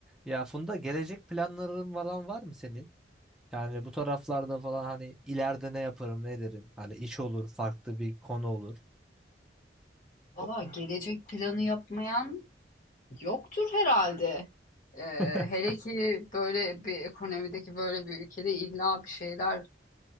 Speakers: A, in the centre; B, on the left (about 50°).
A: Ya Funda gelecek planların falan var mı senin? Yani bu taraflarda falan hani ileride ne yaparım ne derim? Hani iş olur, farklı bir konu olur.
B: Valla
A: O-
B: gelecek planı yapmayan yoktur herhalde. Ee,
A: <laughs>
B: hele ki böyle bir ekonomideki böyle bir ülkede illa bir şeyler